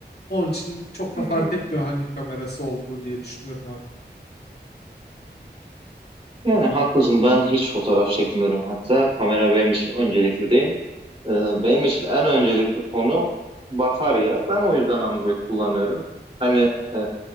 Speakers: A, on the left; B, on the right.
A: Onun için çok
B: Hı
A: da fark
B: hı.
A: etmiyor hangi kamerası olduğu diye düşünüyorum artık.
B: Yani haklısın ben hiç fotoğraf çekmiyorum hatta kamera benim için öncelikli değil. Ee, benim için en öncelikli konu batarya. Ben o yüzden Android kullanıyorum. Hani e,